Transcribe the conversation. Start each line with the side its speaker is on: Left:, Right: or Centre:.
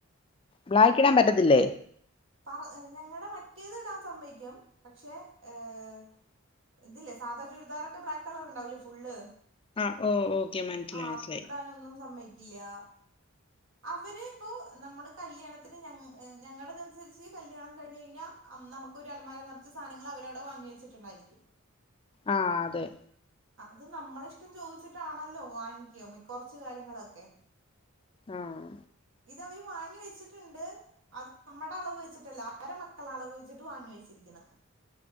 Left: ബ്ലാക്കിടാൻ പറ്റത്തില്ലേ?
Right: പറ ഞങ്ങടെ മറ്റേത്ടാൻ സമ്മതിക്കും പക്ഷെ ഏഹ്. ഇതില്ലേ സാധാ ചുരിദാറൊക്കെ ബ്ലാക്ക് കളറ്ണ്ടാവില്ലെ ഫുള്ള്.
Left: ആഹ് ഓ ഓക്കെ മനസ്സിലായി
Right: ആഹ് അത്
Left: മനസ്സിലായി
Right: ടാനൊന്നും സമ്മെയ്ക്കില്ലാ. അവ്ര് ഇപ്പോ നമ്മള് കല്യാണത്തിന് ഞങ്ങ് ഞങ്ങടെതനുസരിച്ച് കല്യാണം കഴിഞ്ഞഴിഞ്ഞാ- ന്നം ന്നമുക്കൊരു അലമാര നറച്ച് സാനങ്ങള് അവരവടെ വാങ്ങി വെച്ചിട്ട്ണ്ടായിരിക്കും.
Left: ആഹ് അതെ
Right: അത് നമ്മളിഷ്ടം ചോയ്ച്ചിട്ടാണല്ലോ വാങ്ങിക്ക മിക്ക കൊറച്ച് കാര്യങ്ങളൊക്കെ.
Left: ആഹ്
Right: ഇതവര് വാങ്ങി വെച്ചിട്ട്ണ്ട്. അത് നമ്മടെ അളവ് വെച്ചിട്ടല്ല അവര മക്കള അളവ് വെച്ചിട്ട് വാങ്ങി വെച്ചിരിക്ക്ണ്.